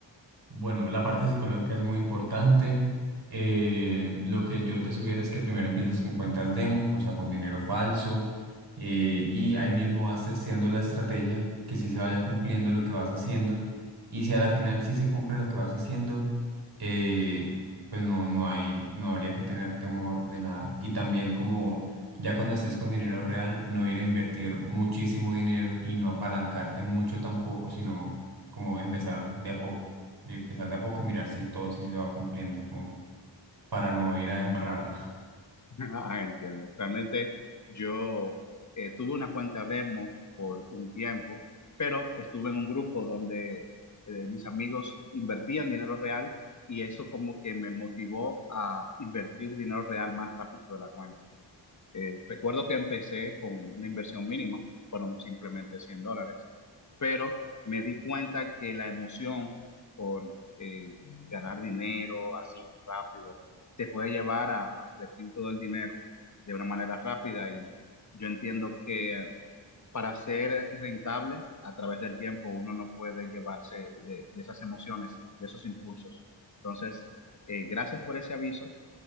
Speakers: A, on the right; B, on the left.
A: Bueno, la parte psicológica es muy importante. Eh, lo que yo te sugiero es que primero empieces con cuentas demo, o sea, con dinero falso, eh, y ahí mismo vas testeando la estrategia, que sí se vaya cumpliendo lo que vas haciendo, y si a la final sí se cumple lo que vas haciendo, eh, pues no, no hay, no habría que tener temor de nada. Y también como ya cuando estés con dinero real, no ir a invertir muchísimo dinero y no apalancarte mucho tampoco, sino como empezar de a poco y empezar de a poco y mirar si todo sí se va cumpliendo, como para no ir a embarrarla. <laughs>
B: <laughs> Ah, entiendo. Realmente yo eh, tuve una cuenta demo por un tiempo, pero estuve en un grupo donde eh, mis amigos invertían dinero real y eso como que me motivó a invertir dinero real más rápido de la cuenta. Eh, recuerdo que empecé con una inversión mínima, fueron simplemente 100 dólares, pero me di cuenta que la emoción por eh, ganar dinero así rápido te puede llevar a, a invertir todo el dinero de una manera rápida y yo entiendo que para ser rentable a través del tiempo uno no puede llevarse de, de esas emociones, de esos impulsos. Entonces, eh, gracias por ese aviso.